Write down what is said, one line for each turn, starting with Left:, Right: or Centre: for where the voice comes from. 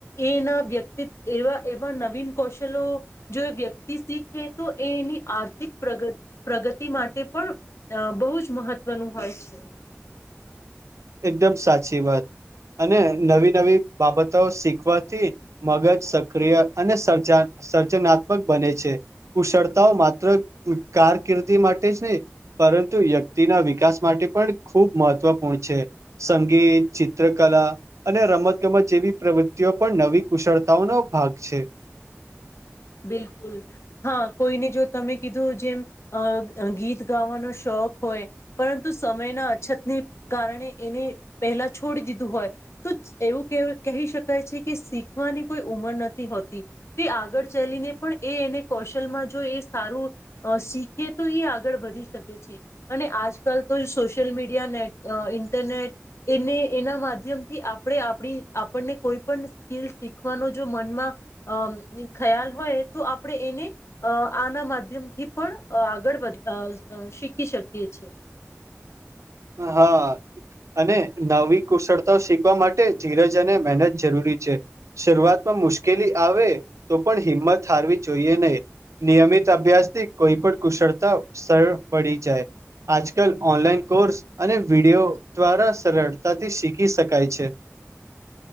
Left: એના વ્યક્તિત એવા એવા નવીન કૌશલો જો, વ્યક શીખે. તો એ એની આર્થિક પ્રગ પ્રગતિ માટે પણ બહુ જ મહત્વનું હોય છે. હમ <inaudible>
Right: એકદમ સાચી વાત. અને નવી નવી બાબતો શીખવાથી મગજ સક્રિય અને સર્જન સર્જનાત્મક બને છે, કુશળતાઓ માત્ર કારકિર્દી માટે જ નહી. પરંતુ વ્યક્તિના વિકાસ માટે પણ ખૂબ મહત્વપૂર્ણ છે. સંગીત ચિત્રકલા અને રમત ગમત જેવી પ્રવૃત્તિઓ પણ નવી કુશળતાઓ નો ભાગ છે.
Left: <inaudible> બિલકુલ, હા કોઈને જો તમે કીધું જેમ, ગીત ગાવાનો શોખ હોય, પરંતુ સમયના અછતને કારણે એને પહેલા છોડી દીધું હોય. તો એવું કહી શકાય છે કે શીખવાની કોઈ ઉંમર નથી, હોતી તે આગળ ચલીને પણ એને કૌશલ માં જો એ સારું, શીખીએ તો એ આગળ વધી શકે છે. અને આજકાલ તો સોશિયલ મીડિયા ને ઇન્ટરનેટ એને એના માધ્યમથી આપણે આપણી આપણને કોઈ પણ સ્કીિલ શીખવાનો જો મનમાં, અ ખ્યાલ હોય તો આપણે એને આના માધ્યમથી પણ આગળ વધ શીખી શકીએ છીએ.
Right: હા. અને નવી કુશળતા શીખવા માટે ધીરજ અને મહેનત જરૂરી છે, શરૂઆતમાં મુશ્કેલી આવે તો પણ હિંમત હારવી જોઈએ નહી, નિયમિત અભ્યાસથી કોઈ પણ કુશળતા સરળ પડી જાય, આજકાલ ઓનલાઈન કોર્સ અને વિડિયો દ્વારા સરળતાથી શીખી શકાય છે.